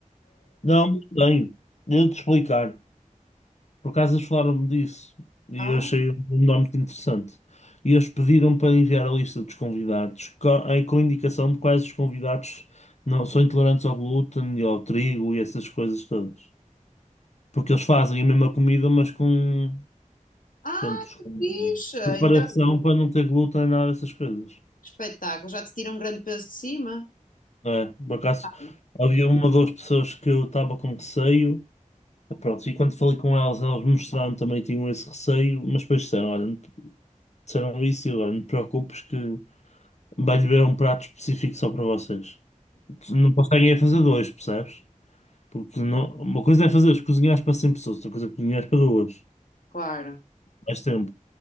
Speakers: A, on the left; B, on the left.
A: Não, não tenho. Devo-te explicar. Por acaso eles falaram-me disso e
B: ah,
A: eu achei um nome muito interessante. E eles pediram para enviar a lista dos convidados co- em- com, indicação de quais os convidados não são intolerantes ao glúten e ao trigo e essas coisas todas. Porque eles fazem a mesma comida, mas com,
B: ah,
A: pronto,
B: que
A: com
B: fixe!
A: preparação
B: Então,
A: para não ter glúten e nada dessas coisas.
B: que espetáculo! Já te tira um grande peso de cima?
A: É, por acaso
B: Ah,
A: havia uma ou duas pessoas que eu estava com receio. Pronto, e quando falei com elas, elas mostraram também tinham esse receio, mas depois disseram, olha, São isso, agora não te preocupes que vais ver um prato específico só para vocês. Não conseguem é fazer dois, percebes? Porque não- uma coisa é fazer, cozinhares para 100 pessoas, outra coisa é cozinhares para duas.
B: Claro,
A: Mais tempo.